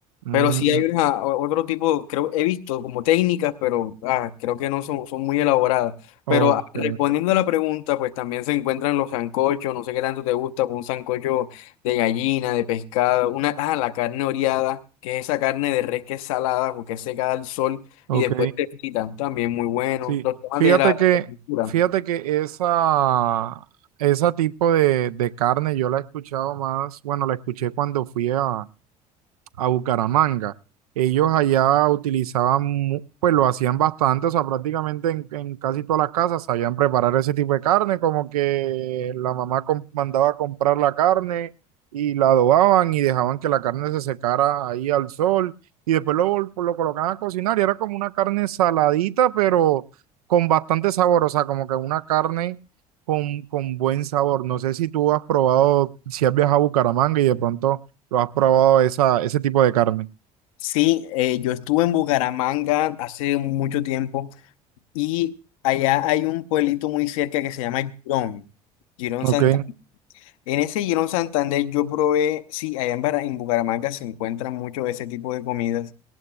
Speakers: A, on the right; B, on the left.
A: Mm,
B: Pero sí hay una, o- otro tipo, creo, he visto como técnicas, pero ah, creo que no son, son muy elaboradas.
A: ok,
B: Pero ah, respondiendo a la pregunta, pues también se encuentran los sancochos, no sé qué tanto te gusta, pues un sancocho de gallina, de pescado, una, ah, la carne oreada, que es esa carne de res que es salada, porque es secada al sol
A: ok.
B: y después te fritan, también muy bueno.
A: Sí,
B: Los temas
A: fíjate
B: de la,
A: que,
B: la cultura.
A: fíjate que esa, ese tipo de, de carne yo la he escuchado más, bueno, la escuché cuando fui a, a Bucaramanga. Ellos allá utilizaban, mu- pues lo hacían bastante, o sea, prácticamente en, en casi todas las casas sabían preparar ese tipo de carne, como que la mamá com- mandaba a comprar la carne y la adobaban y dejaban que la carne se secara ahí al sol y después lo, vol- lo colocaban a cocinar y era como una carne saladita, pero con bastante sabor, o sea, como que una carne con, con buen sabor. No sé si tú has probado, si has viajado a Bucaramanga y de pronto lo has probado esa, ese tipo de carne.
B: Sí, eh, yo estuve en Bucaramanga hace mucho tiempo Y allá hay un pueblito muy cerca que se llama Girón, Girón
A: Ok.
B: Santander. En ese Girón Santander yo probé, sí, allá en, Bara- en Bucaramanga se encuentran mucho ese tipo de comidas